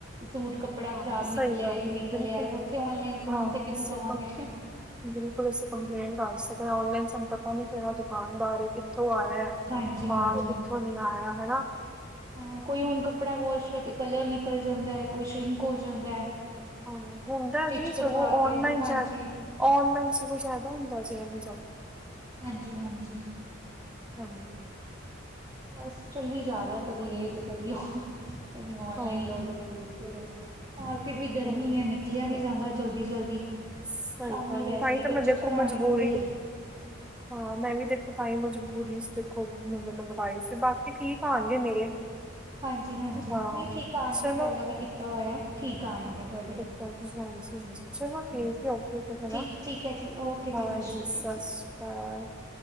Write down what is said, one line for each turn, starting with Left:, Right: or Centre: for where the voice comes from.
Right: ਸੂਟ ਕੱ, ਕੱਪੜਾ
Centre: ਹਾਂ
Right: ਖ਼ਰਾਬ
Centre: ਸਹੀ
Right: ਨਿਕਲਿਆ
Centre: ਗੱਲ
Right: ਇਹ ਨਿਕਲਿਆ
Centre: ਹੈ ਬਿਲਕੁਲ
Right: ਉੱਥੇ ਓਨਲਾਈਨ ਫੋਨ
Centre: ਹਾਂ
Right: ਤੇ ਕਿਹਨੂੰ
Centre: ਅਸੀਂ
Right: ਕਵਾਂਗੇ।
Centre: ਬਿਲਕੁਲ ਅਸੀਂ ਕੰਪਲੇਂਟ ਕਰ ਸਕਦੇ ਔਨਨਲਾਈਨ ਸਾਨੂੰ ਪਤਾ ਨੀ ਕਿਹੜਾ ਦੁਕਾਨਦਾਰ ਏ। ਕਿਥੋਂ ਆਇਆ
Right: ਹਾਂਜੀ
Centre: ਬਾਹ
Right: ਹਾਂਜੀ
Centre: ਕਿੱਥੋਂ ਨੀ ਆਇਆ ਹੈ ਨਾ।
Right: ਹਾਂ ਕੋਈ ਹੁਣ ਕੱਪੜਾ ਵੋਸ਼ ਕਰਕੇ ਕਲਰ ਨਿਕਲ ਜਾਂਦਾ ਹੈ ਕੋਈ ਸ਼ਰਿੰਕ ਹੋ ਜਾਂਦਾ ਹੈ।
Centre: ਹਾਂ ਹੁੰਦਾ
Right: ਸਟਿਚ
Centre: ਜੀ
Right: ਕਰਵਾ
Centre: ਸਗੋਂ ਔਨਲਾਈਨ
Right: ਕੇ ਹਾਂਜੀ
Centre: ਚ ਔਨਲਾਈਨ ਵਿਚ ਕੁਛ ਫਾਇਦਾ ਹੁੰਦਾ ਸੀ ਇਹ ਚਲ,
Right: ਹਾਂਜੀ- ਹਾਂਜੀ।
Centre: ਹਾਂਜੀ।
Right: ਬਸ ਚੱਲੀ ਜਾ ਰਿਹਾ ਕਦੀ ਇਹ ਤੇ ਕਦੀ ਉਹ ਕਦੀ ਔਨਲਾਈਨ
Centre: ਹਾਂ
Right: ਲਓ ਤੇ ਕਦੀ ਉੱਥੇ ਲਓ। ਮਾਰਕੀਟ ਵੀ ਗਰਮੀ
Centre: ਹਾਂ
Right: ਹੈ ਨਿਕਲਿਆ ਨੀ ਜਾਂਦਾ ਜਲਦੀ ਜਲਦੀ।
Centre: ਸਹੀ
Right: ਸ਼ਾਮੀ
Centre: ਭਾਜੀ
Right: ਵੈਸੇ
Centre: ਤਹੀ
Right: ਹੀ
Centre: ਤਾਂ
Right: ਬੱਚੇ
Centre: ਮੈਂ ਦੇਖੋ
Right: ਪੜ੍ਹਾਣੇ
Centre: ਮਜਬੂਰੀ
Right: ਹੁੰਦੇ
Centre: ਹਾਂ ਮੈਂ ਵੀ ਦੇਖੋ ਤਾਂ ਹੀ ਮਜਬੂਰੀ ਸੀ ਦੇਖੋ ਮੰਗਵਾਈ ਸੀ ਬਾਕੀ ਠੀਕ ਆਉਣਗੇ ਮੇਰੇ।
Right: ਹਾਂਜੀ, ਹਾਂਜੀ
Centre: ਹਾਂ
Right: ਨਹੀਂ ਠੀਕ ਆਉਣਗੇ
Centre: ਚਲੋ
Right: ਪਹਿਲਾਂ ਵੀ ਕੀਤਾ ਹੋਇਆ ਠੀਕ ਆਉਣਗੇ ਤੁਹਾਡੇ।
Centre: <inaudible> ਚਲੋ,
Right: ਹਾਂਜੀ
Centre: ਠੀਕ
Right: ਹਾਂਜੀ
Centre: ਏ ਓਕੇ ਫਿਰ ਹੈ ਨਾ
Right: ਠੀਕ ਠੀਕ ਹੈ ਜੀ ਓਕੇ
Centre: ਹਾਂਜੀ
Right: ਜੀ ਸ਼੍ਰੀ
Centre: ਸਤਿ
Right: ਅਕਾਲ ਜੀ
Centre: ਸ਼੍ਰੀ ਅਕਾਲ।